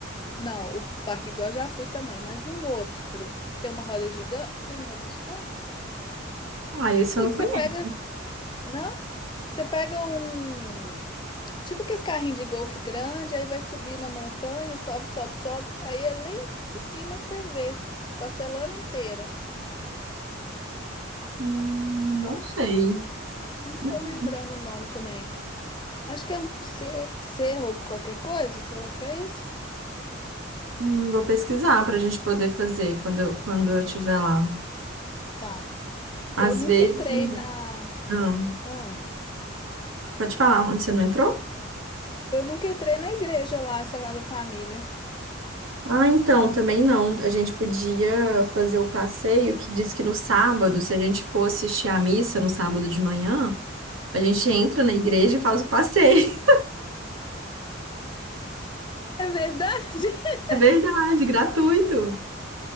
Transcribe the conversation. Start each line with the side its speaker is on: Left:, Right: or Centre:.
Left: Não, o parque igual eu já fui também, mas um outro. Tem uma roda gigante? Tem uma roda gigante?
Right: Ah, esse
Left: Não sei
Right: eu não
Left: que
Right: conheço.
Left: você pega. Não? Você pega um. Tipo que esse carrinho de golfe grande, aí vai subir na montanha, sobe, sobe, sobe. Aí é lá em cima você vê Barcelona inteira.
Right: Hum,
Left: Não sabe?
Right: Não sei.
Left: Não, não
Right: Hum,
Left: tô lembrando o nome também. Acho que é um ce- cerro ou qualquer coisa. Será que é isso?
Right: hum, Vou pesquisar para a gente poder fazer quando eu, quando eu estiver lá.
Left: Tá.
Right: Às
Left: Eu nunca
Right: vezes.
Left: entrei na.
Right: Ah,
Left: Ah,
Right: pode falar, onde você não entrou?
Left: eu nunca entrei na igreja lá, Sagrada Família.
Right: Ah, então, também não. A gente podia fazer o passeio que diz que no sábado, se a gente for assistir à missa no sábado de manhã, a gente entra na igreja e faz o passeio.
Left: É verdade? <laughs>
Right: É verdade, gratuito.